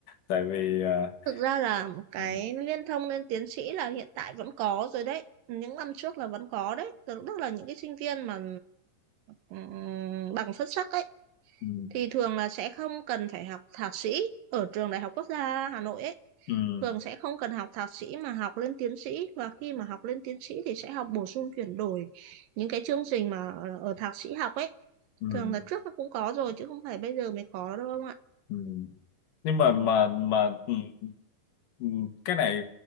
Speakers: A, on the left (about 70°); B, on the right (about 80°).
A: tại vì ờ,
B: thực ra là một cái
A: ừ,
B: liên thông lên tiến sĩ là hiện tại vẫn có rồi đấy những năm trước là vẫn có đấy tức tức là những cái sinh viên mà ừm, bằng xuất sắc ấy
A: ừ,
B: thì thường là sẽ không cần phải học thạc sĩ ở trường Đại học Quốc gia Hà Nội ấy
A: ừ,
B: Thường sẽ không cần học thạc sĩ mà học lên tiến sĩ và khi mà học lên tiến sĩ thì sẽ học bổ sung chuyển đổi những cái chương trình mà ở, ở thạc sĩ học ấy.
A: ừ,
B: Thường là trước nó cũng có rồi chứ không phải bây giờ mới có đâu ông ạ.
A: ừ. nhưng mà
B: Ừ.
A: mà mà ừ, ừ, cái này